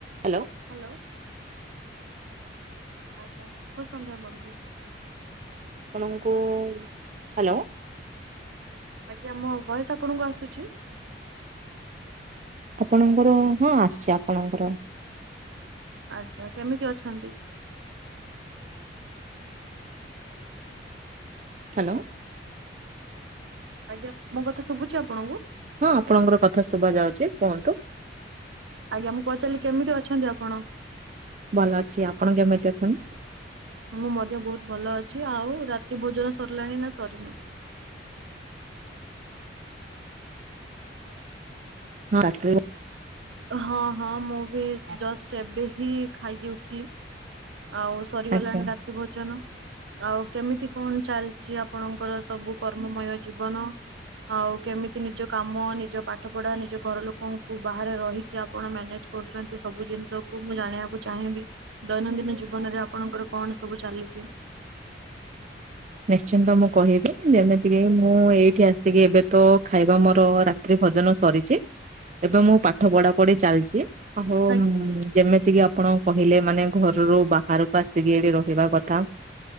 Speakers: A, on the right; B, on the right.
A: Hello
B: hello. ଆଜ୍ଞା ଶୁଭ ସନ୍ଧ୍ୟା ବନ୍ଧୁ।
A: ଆପଣଙ୍କୁ ହାଲୋ।
B: ଆଜ୍ଞା ମୋ ଭଏସ୍ ଆପଣଙ୍କୁ ଆସୁଚି?
A: ଆପଣଙ୍କର ହଁ ଆସୁଚି ଆପଣଙ୍କର।
B: ଆଚ୍ଛା କେମିତି ଅଛନ୍ତି?
A: ହାଲୋ।
B: ଆଜ୍ଞା ମୁଁ କଥା ଶୁବୁଚି ଆପଣ
A: ହଁ ଆପଣଙ୍କର କଥା ଶୁଭ ଯାଉଛି କୁହନ୍ତୁ।
B: ଆଜ୍ଞା ମୁଁ ପଚାରିଲି କେମିତି ଅଛନ୍ତି ଆପଣ?
A: ଭଲ ଅଛି ଆପଣ କେମିତି ଅଛନ୍ତି?
B: ମୁଁ ମଧ୍ୟ ବହୁତ ଭଲ ଅଛି ଆଉ ରାତି ଭୋଜନ ସରିଲାଣି ନା ସରିନି? <inaudible>
A: ହଁ <unintelligible>
B: ହଁ ହଁ ମୁଁ ବି ଜଷ୍ଟ ଏବେ ହିଁ ଖାଇକି ଉଠିଲି ଆଉ ସରିଗଲାଣି
A: ଆଜ୍ଞା
B: ରାତି ଭୋଜନ ଆଉ କେମିତି କଣ ଚାଲିଛି ଆପଣଙ୍କର ସବୁ କର୍ମମୟ ଜୀବନ? ଆଉ କେମିତି ନିଜ କାମ ନିଜ ପାଠ ପଢା ନିଜ ଘର ଲୋକଙ୍କୁ ବାହାରେ ରହିକି ଆପଣ ମ୍ୟାନେଜ କରୁଛନ୍ତି ସବୁ ଜିନିଷକୁ ମୁଁ ଜାଣିବାକୁ ଚାହିଁବି ଦୈନନ୍ଦିନ ଜୀବନରେ ଆପଣଙ୍କର କଣ ସବୁ ଚାଲିଛି
A: ନିଶ୍ଚିନ୍ତ ମୁଁ କହିବି ଯେମିତିକ ମୁଁ ଏଇଠି ଆସିକି ଏବେ ତ ଖାଇବା ମୋର ରା ରାତ୍ରି ଭଜନ ସରିଛି ଏବେ ମୁଁ ପାଠ ପଢା ପଢି ଚାଲିଛି ଆଉ
B: ଆଜ୍ଞା
A: ଯେମିତି ଯେତିକି ଆପଣ କହିଲେ ମାନେ ଘରରୁ ବାହାରକୁ ଆସି ଆସିକି ଏଠି ରହିବା କଥା